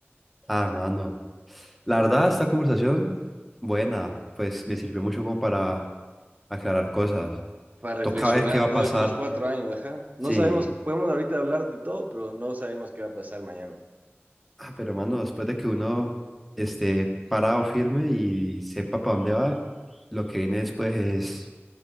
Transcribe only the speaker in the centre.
Ah, mano. La verdad, esta conversación, buena, pues me sirvió mucho como para aclarar cosas.
Toca ver qué va a
pasar.
Sí.
Ah, pero mano, después de que uno esté parado firme y sepa para dónde va, lo que viene después es,